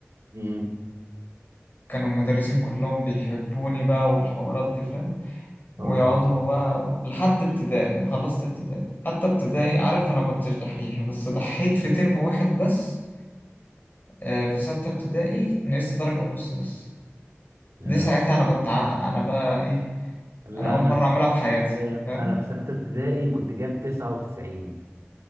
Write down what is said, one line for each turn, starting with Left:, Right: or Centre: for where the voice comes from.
Right: مم.
Left: كانوا المدرسين كلهم بيحبوني بقى والحوارات دي فاهم ويقعدوا
Right: اه
Left: بقى لحد ابتدائي ما خلصت ابتدائي حتى ابتدائي عارف أنا كنتش دحيح بس ضحيت في ترم واحد بس آه في ستة ابتدائي نقصت درجة ونص بس
Right: يا.
Left: دي ساعتها أنا كنت ع... أنا بقى إيه
Right: لا
Left: أنا أول
Right: انا
Left: مرة
Right: في
Left: أعملها في حياتي
Right: أيوة،
Left: فاهم
Right: انا في ستة ابتدائي كنت جايب 99